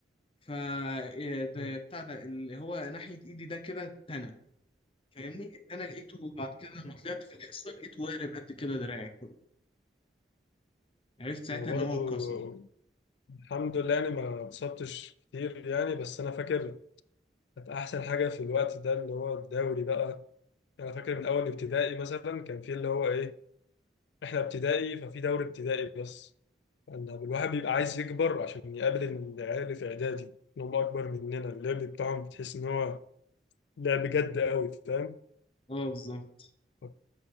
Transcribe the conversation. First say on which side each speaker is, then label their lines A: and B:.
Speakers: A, on the left; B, on the left.
A: ف إيه ده
B: إيه؟
A: بتاع ده اللي هو ناحيه ايدي ده كده اتنى فاهمني اتنى لقيته بعد كده لما طلعت في الحصه لقيته وارم قد كده دراعي كله عرفت ساعتها
B: انا برضو
A: ان هو اتكسر
B: الحمد لله يعني ما اتصبتش كتير يعني بس انا فاكر كانت احسن حاجه في الوقت ده اللي هو الدوري بقى يعني انا فاكر من اول ابتدائي مثلا كان في اللي هو ايه احنا ابتدائي ففي دوري ابتدائي بس ان الواحد بيبقى عايز يكبر عشان يقابل العيال اللي في اعدادي ان هم اكبر مننا اللعب بتاعهم بتحس ان هو لعب جد قوي فاهم
A: اه بالظبط
B: ف-